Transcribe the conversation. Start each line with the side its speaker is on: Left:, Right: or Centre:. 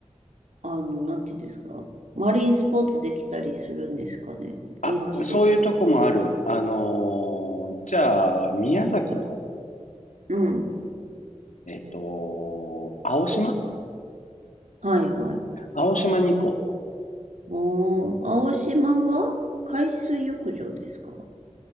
Right: あの、なんていうんですか。マリンスポーツできたりするんですかね。
Left: あ、
Right: 現地で。
Left: そういうとこもある。あのーじゃあ、宮崎の、
Right: うん。
Left: えっと、青島
Right: はいはい。
Left: 青島に行こ
Right: もう、青島は海水浴場ですか